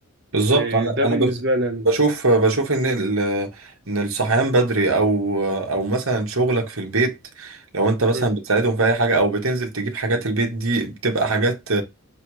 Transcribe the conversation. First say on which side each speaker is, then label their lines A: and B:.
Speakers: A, on the right; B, on the right.
A: بالظبط
B: أه،
A: انا
B: ده بالنسبة
A: انا بش-
B: لي أنا.
A: بشوف بشوف ان ال- ان الصحيان بدري او او مثلا شغلك في البيت لو انت مثلا
B: مم،
A: بتساعدهم في اي حاجه او بتنزل تجيب حاجات البيت دي بتبقى حاجات